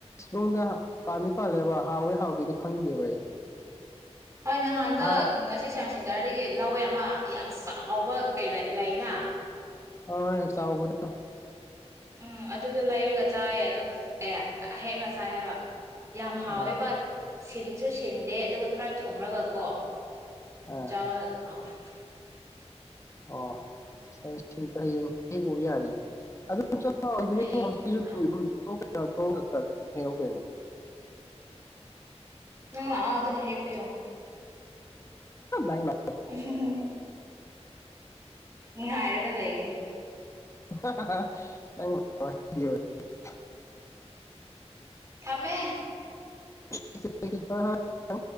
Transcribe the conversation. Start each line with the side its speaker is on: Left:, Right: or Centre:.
Left: ꯌꯨꯝꯗ ꯄꯥꯟꯗꯤ ꯄꯥꯜꯂꯦꯕ ꯍꯥꯎꯋꯦ ꯍꯥꯎꯗ꯭ꯔꯤꯔꯥ ꯈꯪꯗꯦꯕ ꯑꯩ꯫
Right: ꯍꯣꯏ ꯅꯍꯥꯟꯗꯣ
Left: ꯑꯍꯥꯎ
Right: ꯉꯁꯤ ꯁꯥꯏꯟꯁ ꯁꯦꯟꯇꯔꯗꯒꯤ ꯂꯧꯋꯦ ꯑꯃ ꯌꯥꯝ ꯆꯥꯎꯕ ꯀꯩ ꯂꯩ ꯂꯩꯅ
Left: ꯑ ꯍꯣꯏꯅꯦ ꯆꯥꯎꯕ <unintelligible>
Right: ꯎꯝ ꯑꯗꯨꯗ ꯂꯩꯔꯒ ꯆꯥꯏꯌꯦ ꯑꯗꯣ ꯑꯦ ꯍꯦꯛꯂ ꯆꯥꯏ ꯍꯥꯏꯕ꯫ ꯌꯥꯝ ꯍꯥꯎꯋꯦ
Left: ꯑꯥ
Right: ꯕꯠ ꯁꯤꯟ ꯁꯨ ꯁꯤꯟꯗꯦ ꯑꯗꯨꯒ ꯈꯔ ꯊꯣꯂꯒ ꯀꯣ
Left: ꯑꯥ
Right: ꯆꯥꯕ ꯈꯋꯣꯏ
Left: ꯑꯣ ꯁꯤꯇ ꯌꯦꯡ ꯍꯦꯛ ꯎ ꯌꯥꯔ <unintelligible>
Right: ꯍꯌꯦꯡ ꯂꯥꯛꯑꯣ
Left: ꯊꯣꯡ꯭ꯔ ꯍꯦꯡꯉꯧ ꯀꯩꯅꯣ
Right: ꯎꯪ ꯑꯗꯨ ꯍꯦꯄꯤꯤꯌꯣ
Left: ꯂꯥ
Right: ꯎꯝ ꯍꯥꯏꯔꯒ ꯂꯩꯒꯦ
Left: <unintelligible>
Right: ꯊꯃꯦ
Left: <unintelligible>